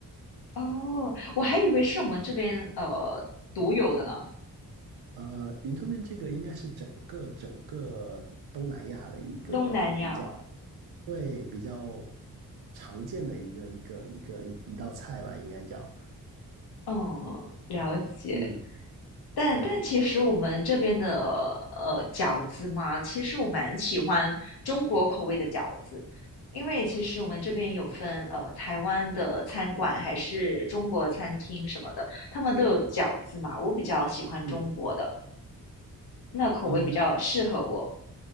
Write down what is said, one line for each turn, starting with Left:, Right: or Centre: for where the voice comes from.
Left: 哦，我还以为是我们这边呃独有的呢，
Right: 呃，云吞面这个应该是整个整个东南亚的一个比较，
Left: 东南亚嘛，
Right: 对，比较常见的一个一个一个一一道菜吧，应该叫。
Left: 嗯，了解。
Right: 嗯，
Left: 但但其实我们这边的
Right: 对，
Left: 呃饺子嘛，其实我蛮喜欢中国口味的饺子，因为其实我们这边有分呃台湾的餐馆还是中国餐厅什么的，他们都有饺子嘛，我比较喜欢中国的，
Right: 嗯，
Left: 那口味比较适合我。
Right: 呃，